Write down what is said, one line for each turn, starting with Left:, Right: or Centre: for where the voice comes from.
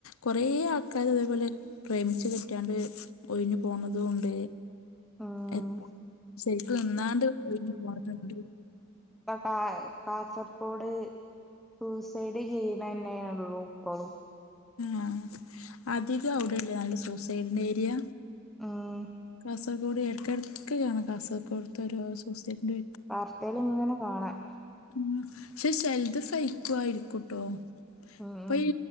Left: കൊറേ ആൾക്കാര് അതേപോലെ പ്രേമിച്ചു കെട്ടിയാണ്ട് ഒഴിഞ്ഞു പോണതുണ്ട്
Centre: ഉം
Left: എതാ ശരിക്കും എന്നാണ്ട് ഒഴിഞ്ഞു പോണുണ്ട്
Centre: പക്ക <unintelligible> കാസർകോഡ് സൂസൈഡ് ചെയ്യണ തന്നെയള്ളൂ ഇപ്പോളും
Left: ആഹ അധികം അവിടെല്ലേ നല്ല സൂസൈഡിന്റെ ഏരിയ
Centre: ആഹ്
Left: കാസർഗോഡ് ഇടക്കിടകിടക്കണ കാസർഗോഡത്തെ ഒരു സോസിയറ്റിന്റെ
Centre: വാർതൈല് ഇങ്ങനെ കാണാം
Left: ഉം പക്ഷെ ചിലത് ഫെയിക്കുമായിരിക്കുംട്ടോ
Centre: ഉം
Left: ഇപ്പൊ
Centre: ഉം
Left: ഇ